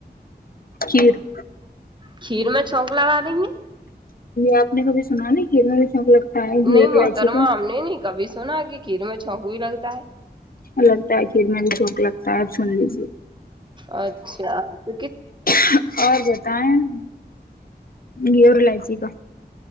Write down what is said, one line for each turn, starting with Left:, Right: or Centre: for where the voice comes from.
Left: کھیر
Right: کھیر میں چوک ل لا دیں گے
Left: آپ نے کبھی سنا نا کہ بھی شک لگتا گر
Right: نہیں
Left: الائچی
Right: محترمہ
Left: کا
Right: ہم نے نہیں کبھی سنا کہ کھیر میں چھونک بھی لگتا ہے
Left: لگتا ہے کھیر میں بھی سوک لگتا ہے اب سن لیجے
Right: اچھاپ
Left: <inaudible>